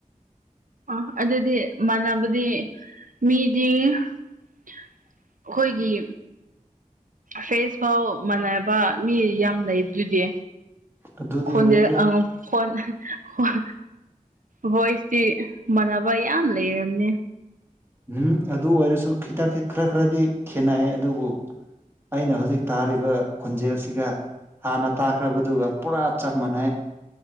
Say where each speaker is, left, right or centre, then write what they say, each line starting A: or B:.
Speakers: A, on the right; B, on the right.
A: ꯑ ꯑꯗꯨꯗꯤ ꯃꯥꯟꯅꯕꯗꯤ ꯃꯤꯗꯤ ꯑꯥꯈꯣꯏꯒꯤ ꯐꯔꯦꯁ ꯐꯥꯎ ꯃꯥꯟꯅꯕ ꯃꯤ ꯌꯥꯝ ꯂꯩꯕꯗꯨꯗꯤ
B: ꯑꯗꯨꯗꯤ
A: ꯈꯣꯟꯗꯦ
B: ꯑꯣꯏ ꯑꯗꯨ
A: ꯑ ꯐꯣꯟ ꯍꯣꯏ ꯕꯣꯏꯁꯇꯤ ꯃꯥꯟꯅꯕ ꯌꯥꯝ ꯂꯩꯔꯝꯅꯤ
B: ꯎꯝ ꯑꯗꯨ ꯑꯣꯏꯔꯁꯨ ꯈꯤꯇ ꯈꯔ ꯈꯔꯗꯤ ꯈꯦꯠꯅꯩ ꯑꯗꯨꯕꯨ ꯑꯩꯅ ꯍꯧꯖꯤꯛ ꯇꯥꯔꯤꯕ ꯈꯣꯟꯖꯦꯜꯁꯤꯒ ꯍꯥꯟꯅ ꯇꯥꯈ꯭ꯔꯕꯗꯨꯒ ꯄꯨꯔꯥ ꯆꯞ ꯃꯥꯟꯅꯩ